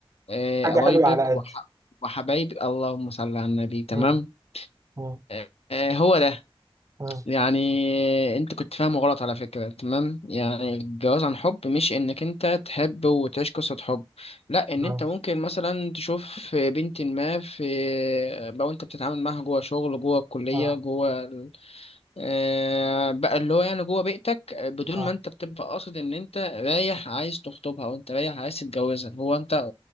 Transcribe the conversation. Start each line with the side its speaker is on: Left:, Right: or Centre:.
Left: آه،
Right: حاجة
Left: قرايبك
Right: حلوة على قدي
Left: وح... وحبايبي اللهم صل على النبي تمام
Right: مم، مم،
Left: آه، آه، هو ده
Right: مم،
Left: يعني انت كنت فاهمه غلط على فكرة تمام يعني الجواز عن حب مش انك انت تحب وتعيش قصة حب لا ان
Right: اه
Left: انت ممكن مثلا تشوف بنت ما في لو انت بتتعامل معاها جوه شغل جوه الكلية
Right: اه
Left: جوه ال- آه، بقى اللي هو يعني جوه بيئتك بدون
Right: اه
Left: ما انت بتبقى قاصد ان انت رايح عايز تخطبها او انت رايح عايز تتجوزها هو انت